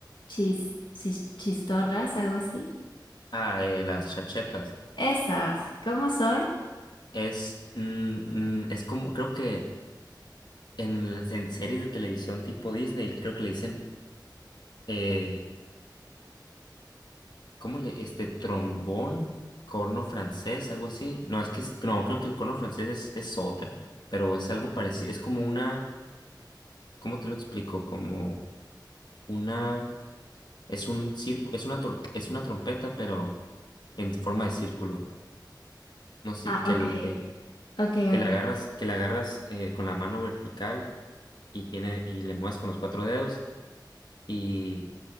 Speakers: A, on the left; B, on the left.
A: chis, chis- chistorras, algo así.
B: Ah, eh, las charchetas.
A: Esas, ¿cómo son?
B: Es, mm, mm, es como, creo que en, las- en series de televisión tipo Disney, creo que le dicen, eh, ¿cómo le, este, trombón? Corno francés, algo así. No, es que, es- no, creo que el corno francés es, es otra, pero es algo parecido, es como una, ¿cómo te lo explico? Como una, es un circo, es una, tor- es una trompeta, pero en forma de círculo. No sé,
A: Ah,
B: que,
A: ok,
B: el- que,
A: ok,
B: que
A: ok.
B: la agarras, que la agarras eh, con la mano vertical y tiene, y le mueves con los cuatro dedos y,